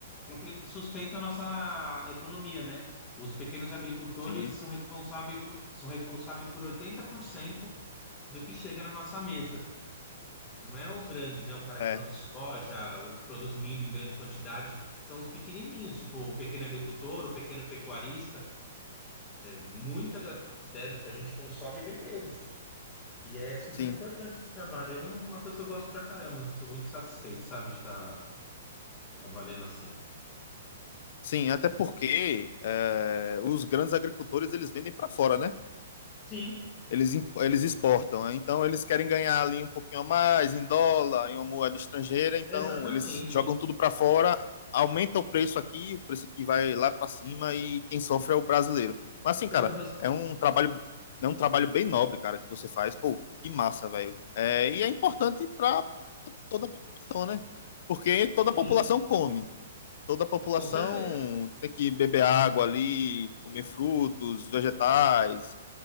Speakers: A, on the left (about 25°); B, on the left (about 55°).
A: quem sustenta a nossa economia, né? Os pequenos agricultores
B: Sim,
A: são responsáveis por, são responsáveis por 80% do que chega na nossa mesa. Não é o grande, né? O cara que
B: é,
A: produz soja, o que produz milho em grande quantidade, são os pequenininhos, tipo o pequeno agricultor, o pequeno pecuarista. Muita das, né, do que a gente consome vem deles. E é super
B: sim.
A: importante esse trabalho. É uma coisa que eu gosto pra caramba. Sou muito satisfeito, sabe, de estar trabalhando assim.
B: Sim, até porque é, os grandes agricultores eles vendem para fora, né?
A: Sim,
B: Eles, imp- eles exportam, né? Então eles querem ganhar ali um pouquinho a mais em dólar, em uma moeda estrangeira, então
A: exatamente.
B: eles jogam tudo para fora, aumenta o preço aqui, o preço aqui vai lá para cima e quem sofre é o brasileiro. Mas assim,
A: Você
B: cara,
A: vai gostar.
B: é um trabalho, é um trabalho bem nobre, cara, que você faz. Pô, que massa, velho. É, e é importante para toda a população, né? Porque toda
A: Sim,
B: a população come. Toda a população
A: com certeza.
B: tem que beber água ali, comer frutos, vegetais,